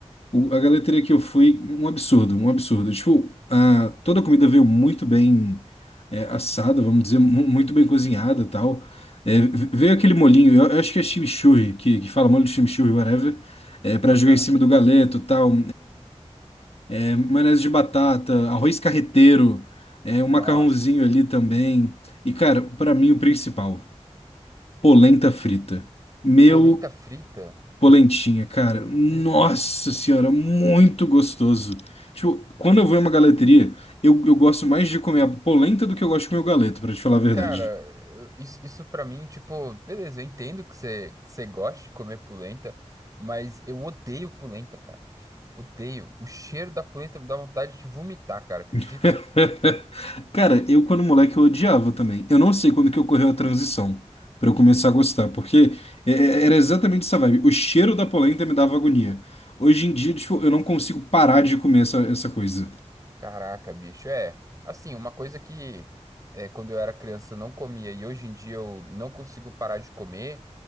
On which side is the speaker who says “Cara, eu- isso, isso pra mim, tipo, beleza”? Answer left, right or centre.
Right